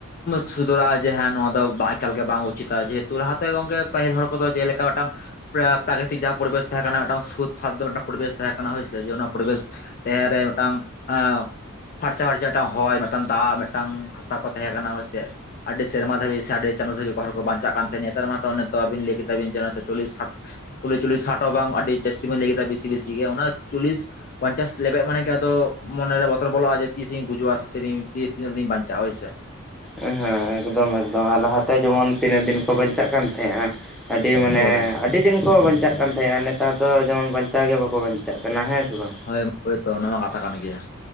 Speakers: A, on the left; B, in the centre.
A: ᱪᱷᱩᱫ ᱚᱲᱨᱟᱜ-ᱟ ᱡᱮ ᱦᱮᱸ ᱱᱚᱣᱟ ᱫᱚ ᱵᱟᱝ ᱮᱠᱟᱞ ᱜᱮ ᱵᱟᱝ ᱩᱪᱤᱛᱟ ᱡᱮᱦᱮᱛᱩ ᱞᱟᱦᱟᱛᱮ ᱜᱚᱝᱠᱮ ᱯᱟᱹᱦᱤᱞ ᱦᱚᱲ ᱠᱚᱫᱚ ᱡᱮᱞᱮᱠᱟ ᱢᱤᱫᱴᱟᱝ ᱯᱨᱟ ᱯᱨᱟᱠᱨᱤᱛᱤᱠ ᱡᱟᱦᱟᱸ ᱯᱚᱨᱵᱮᱥ ᱛᱟᱦᱮᱸ ᱠᱟᱱᱟ ᱢᱤᱫᱴᱟᱝ ᱥᱩᱫ ᱥᱟᱫᱽᱫᱷᱚ ᱯᱚᱨᱤᱵᱮᱥ ᱛᱟᱦᱮᱸ ᱠᱟᱱᱟ ᱦᱳᱭ ᱥᱮ, ᱡᱮ ᱚᱱᱟ ᱯᱚᱨᱤᱵᱮᱥ ᱛᱟᱦᱮᱸ ᱨᱮ ᱢᱤᱫᱴᱟᱝ ᱟᱸ ᱯᱷᱟᱨᱪᱟ ᱯᱷᱟᱨᱪᱟ ᱴᱟᱝ ᱦᱚᱭ ᱢᱤᱫᱴᱟᱝ ᱫᱟᱜ ᱢᱤᱫᱴᱟᱝ ᱦᱟᱥᱟ ᱠᱚ ᱛᱟᱦᱮᱸ ᱠᱟᱱᱟ ᱦᱳᱭ ᱥᱮ᱾ ᱟᱹᱰᱤ ᱥᱮᱨᱢᱟ ᱫᱷᱟᱹᱵᱤᱡ ᱥᱮ ᱟᱹᱰᱤ ᱪᱟᱸᱫᱳ ᱫᱷᱟᱹᱵᱤᱡ ᱠᱚ ᱦᱚᱲ ᱠᱚ ᱵᱟᱧᱪᱟᱜ ᱠᱟᱱ ᱛᱟᱦᱮᱱᱟ, ᱱᱮᱛᱟᱨ ᱢᱟᱛᱚ ᱚᱱᱮᱛᱚ ᱟᱵᱤᱱ ᱞᱟᱹᱭ ᱠᱮᱫᱟᱵᱤᱱ ᱡᱮ ᱪᱚᱞᱞᱤᱥ ᱥᱟᱴ ᱮᱠᱪᱚᱞᱞᱤ ᱪᱚᱞᱞᱤᱥ ᱥᱟᱴ ᱦᱚᱸ ᱵᱟᱝ ᱟᱹᱰᱤ ᱡᱟᱹᱥᱛᱤ ᱵᱤᱱ ᱞᱟᱹᱭ ᱠᱮᱫᱟ ᱵᱮᱥᱤ ᱵᱮᱥᱤ ᱜᱮ ᱚᱱᱟ ᱪᱚᱞᱞᱤᱥ ᱯᱚᱧᱪᱟᱥ ᱞᱮᱵᱮᱫ ᱢᱟᱱᱮᱜᱮ ᱟᱫᱚ ᱢᱚᱱᱮᱨᱮ ᱵᱚᱛᱚᱨ ᱵᱚᱞᱚᱜ-ᱟ ᱡᱮ ᱛᱤᱥ ᱛᱤᱧ ᱜᱩᱡᱩᱜ-ᱟ ᱥᱮ ᱛᱤᱨᱤᱧ ᱛᱤᱱᱟᱹᱜ ᱫᱤᱱᱤᱧ ᱵᱟᱧᱪᱟᱜ-ᱟ ᱦᱳᱭ ᱥᱮ᱾
B: ᱦᱮᱸ ᱮᱠᱫᱚᱢ ᱮᱠᱫᱚᱢ ᱟᱨ ᱞᱟᱦᱟᱛᱮ ᱡᱮᱢᱚᱱ ᱛᱤᱱᱟᱹᱜ ᱫᱤᱱ ᱠᱚ ᱵᱟᱧᱪᱟᱜ ᱠᱟᱱ ᱛᱟᱦᱮᱸᱫᱼᱟ? ᱟᱹᱰᱤ ᱢᱟᱱᱮ
A: ᱦᱳᱭ
B: ᱟᱹᱰᱤ ᱫᱤᱱ ᱠᱚ ᱵᱟᱧᱪᱟᱜ ᱠᱟᱱ ᱛᱟᱦᱮᱸᱭᱟ ᱱᱮᱛᱟᱨ ᱫᱚ ᱡᱮᱢᱚᱱ ᱵᱟᱧᱪᱟᱣ ᱜᱮ ᱵᱟᱠᱚ ᱵᱟᱧᱪᱟᱜ ᱠᱟᱱᱟ ᱦᱮᱸ ᱥᱮ ᱵᱟᱝ?
A: ᱦᱳᱭ ᱳᱭ ᱛᱚ ᱚᱱᱟ ᱢᱟ ᱜᱟᱛᱷᱟ ᱠᱟᱱ ᱜᱮᱭᱟ᱾